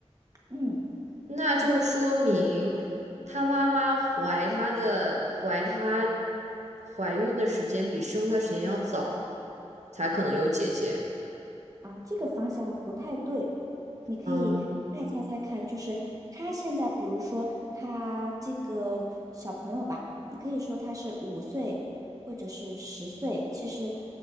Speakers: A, on the right; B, on the right.
A: 嗯。
B: 那就说明她妈妈怀她的怀她
A: 你。
B: 怀孕的时间比生她时间要早，才可能有姐姐。
A: 啊，这个方向不太对，你可以再猜猜看，
B: 嗯。
A: 就是他现在，比如说他这个小朋友吧，你可以说他是五岁或者是十岁，其实